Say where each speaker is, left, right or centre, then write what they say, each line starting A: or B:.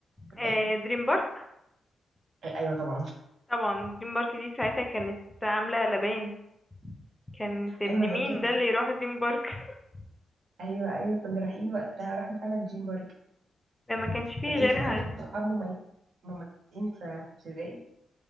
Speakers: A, on the right; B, in the centre.
A: صدقني
B: آه دريم بارك
A: ايوه طبعا
B: طبعا دريم بارك دي ساعتها كانت عاملة قلبان كانت ابن
A: ايوه
B: مين
A: هي كده
B: ده اللي يروح دريم بارك <laughs>
A: ايوه ايوه كنا رايحين وقتها رحنا فعلا دريم بارك
B: ده ما كانش فيه
A: طب ايه
B: غيرها
A: كان عندك صحاب مميز- مميزين في في ابتدائي